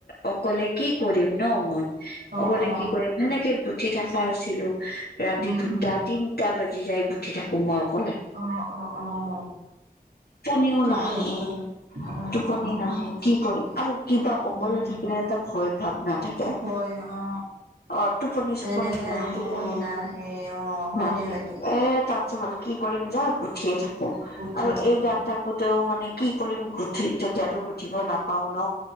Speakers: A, on the left (about 80°); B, on the right (about 85°).
A: অকলে কি কৰিম ন মই
B: অ অ
A: অকলে
B: অ
A: কি কৰিম সেনেকে উঠি থকা আছিলো ৰাতি
B: উম
A: দুটা
B: উম
A: তিনটা বাজি যাই গোঠি থাকো মই অকলে।
B: অ', অ', অ',
A: টোপনিও
B: টোপনি
A: নাহে
B: জোক অ', অ',
A: টোপনি
B: অ',
A: নাহে কি কৰিম আৰু কিবা
B: উম
A: অকলে
B: - উম।
A: থাকিলে এটা ভয় ভাৱ নাথাকে
B: হয় অ,
A: অ টোপনি
B: সেনেকে
A: চোপনি নাহে
B: আৰু টোপনি নাই। সেই অ, হয়
A: নাহে
B: দে হয় দে
A: এ তাতছ ভাল কি কৰিম য গুঠিয়ে থাকো
B: গুঠিয়ে
A: আৰু
B: থাকো
A: এই গাত তাক তেও মানে কি কৰিম গুঠি তেতিয়াতো গুঠিব নাপাও ন।